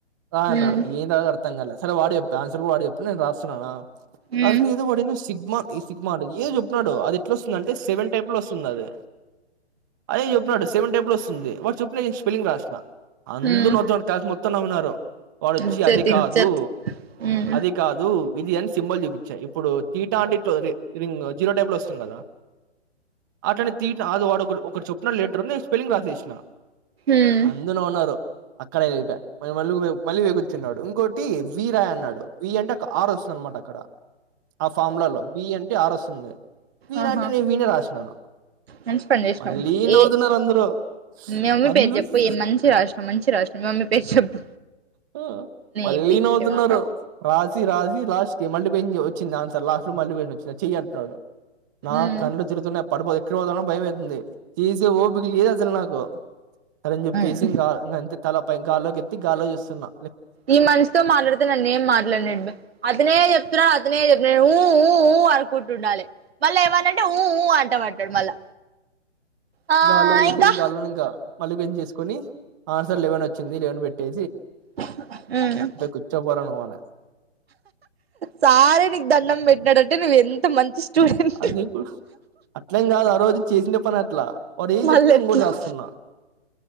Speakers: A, on the right (about 20°); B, on the right (about 60°).
A: రా
B: ఉమ్
A: అన్నాడు ఏం రాయాలో అర్థం కాల సరే వాడి చెప్ప, ఆన్సర్ కూడా వాడి చెప్పుడు. నేను రాస్తున్నానా.
B: ఉమ్
A: అసలేదో వాడు ఏందో సిగ్మా సిగ్మా ఏదో చెప్పినాడ్ అది ఎట్లా వస్తుంది, అంటే సెవెన్ టైప్ లో వస్తుంది అది. అయే చెప్పినాడు సెవెన్ టేబుల్ వస్తుంది. వాడు చెప్పిన నేను స్పెల్లింగ్ రాసిన. అందు
B: ఉమ్
A: నొత్తం కాసు మొత్తం నవినరు రో వాడొచ్చి
B: ఇజ్జత్
A: అది
B: ఇజ్జత్
A: కాదు
B: ఉమ్
A: అది కాదు ఇది అని సింబల్ చూపించ ఇప్పుడు టీటా అంట ఇట్ల ఓరి రింగ్ జీరో టేబుల్ వస్తుంది కదా అట్లనే తీట అది వాడు ఒకడు ఒకడు చొప్పున లెటరు నేన్ స్పెలింగ్ రాసేసిన
B: ఉమ్
A: అందుర్ నవినారు అక్కడే ఎళిప వాని మళ్ళ మళ్ళీ వె కూర్చున్నాడు ఇంకోటి వి రాయ్ అన్నాడు వి అంటే ఒక ఆరు వస్తుంది అనమాట అక్కడ ఆ ఫార్ములాలో వి అంటే ఆరు వస్తుంది వి
B: ఆహా
A: రా అంటే నేను వి నే రాసినాను
B: మంచి పని చేసినావు
A: మళ్ళీ
B: ఏ
A: నోతున్నారు అందరు
B: మీ మమ్మీ
A: అందుస్
B: పేరు చెప్పు ఏ మంచి రాసినవ్ మంచి రాసినవ్ మి మమ్మీ పేరు చెప్పు
A: హు
B: నీ
A: మళ్ళీ
B: పిచ్చి
A: నవుతున్నారు
B: మొఖం
A: రాసి రాసి లాస్ట్ మళ పె వచ్చింది ఆన్సర్ తెల్లార్లు మళ్ళీ వచ్చా చెయ అంటాడు. నా
B: ఉమ్
A: కన్నడ చరుత్రం పడుపోద <unintelligible> భయం అయితుంది తీసే ఓపిక లేదు అసలు నాకు. అలానే చెప్పేసి
B: ఉమ్
A: ఇంకా అంతే తల పై గాల్లోకి ఎత్ గాల్లో చూస్తే చిన్నా
B: ఈ మనిషితో మాట్లాడితే నన్ను ఏం మాట్లాడినడు. అతనే చెప్తున్నాడు అతనే ఊ ఊ ఊ అడుకుంటుండాలి. మళ్ళా ఏమనంటే ఊఊ అంటా వంటాడు మళ్ళా. ఆ
A: గాల్లో చూసి
B: ఇంకా
A: గాల్లో ఇంకా మల్లికంచి చేసుకొని ఆ సార్ లెవెన్ వచ్చింది లెవెన్ పెట్టే
B: ఉ హ్హ్హ్
A: కూర్చోపోరా నువ్వు అని
B: సారే నీకు దండం పెట్టినాడంటే నువ్వు ఎంత మంచి స్టూడెంట్
A: అది అట్లేం కాదు. ఆ రోజు చేసిన పని అట్లా వాడు ఏ
B: మళ్ళ
A: చెప్తు ఇం
B: ఎట్లా
A: కూడా చేస్తున్న